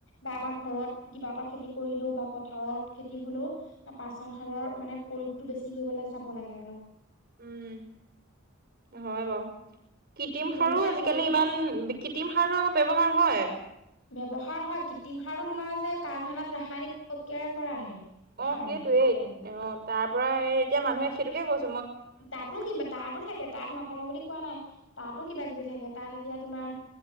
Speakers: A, on the left; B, on the right.
A: বা আমাৰ ঘৰত কিবা এটা খেতি কৰিলোঁ বা পথাৰত খেতি হ'লেও পচন সাৰৰ মানে প্ৰয়োগতো বেছি কৰিবলৈ চাব লাগে অলপ।
B: উম, হয় বাৰু। কৃত্ৰিম
A: সেইটোৱে
B: সাৰো
A: মানে
B: আজিকালি ইমান কৃত্ৰিম সাৰটো আকৌ ব্যৱহাৰ হয়।
A: ব্যৱহাৰ হয় কৃত্ৰিম সাৰটো তোমাৰ যে কাৰখানাত ৰাসায়নিক প্ৰক্ৰিয়াৰে কৰা হেৰি।
B: অ'
A: সাৰ
B: সেইটোয়েই
A: মানে
B: অ' তাৰ পৰা সেই এতিয়া মানুহে সেইটোকে কৈছ
A: তাতো কিবা তাতো থাকে তাত নাথাকে বুলি কোৱা নাই তাতো কিবা কিবি থাকে তাত এতিয়া তোমাৰ
B: উম